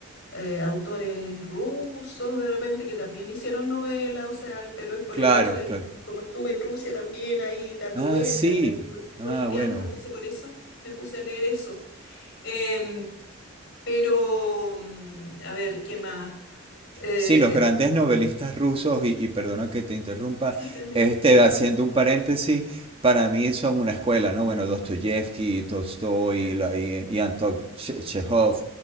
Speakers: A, on the left; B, on the right.
A: eh, autores rusos de repente que también hicieron novelas, o sea, el- pero es por
B: claro,
A: el hecho de
B: claro.
A: que como estuve en Rusia también ahí dando
B: Ah,
A: vueltas,
B: sí.
A: ahí tur-
B: Ah,
A: turisteando,
B: bueno.
A: entonces por eso me puse a leer eso. Em, pero, mm, a ver, ¿qué más? Eh,
B: Sí, los grandes novelistas rusos, y, y perdona que te interrumpa,
A: sí, dale,
B: este, haciendo un paréntesis, para mí son una escuela, ¿no? Bueno, Dostoyevsky, Tolstoy,
A: claro,
B: la- y, y Anton Che- Chekhov,